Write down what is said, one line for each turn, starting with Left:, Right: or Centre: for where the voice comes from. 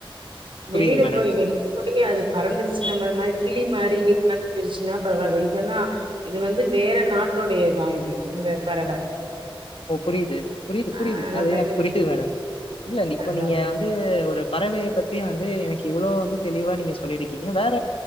Left: புரியுது
Right: வெளியில
Left: மேடம்.
Right: போய் வெளியில போய் அது பறந்துருச்சு நம்மள மாரி கிளி மாரி இது மாரி பிரிச்சுன்னா பரவால்ல இதெல்லா இது வந்து வேற நாட்டுடைய இதா இது இந்த பறவ
Left: ஓ புரியுது புரியுது
Right: ஆ
Left: புரியுது
Right: நம்ம
Left: அது எனக்கு
Right: இது
Left: புரி த்து மேடம் இல்ல இப்ப
Right: அதா
Left: நீங்க
Right: அதா
Left: வந்து ஒரு பறவய பத்தி வந் வந்து எனக்கு இவ்ளோ வந்து தெளிவா நீங்க சொல்லிருக்கீங்க வேற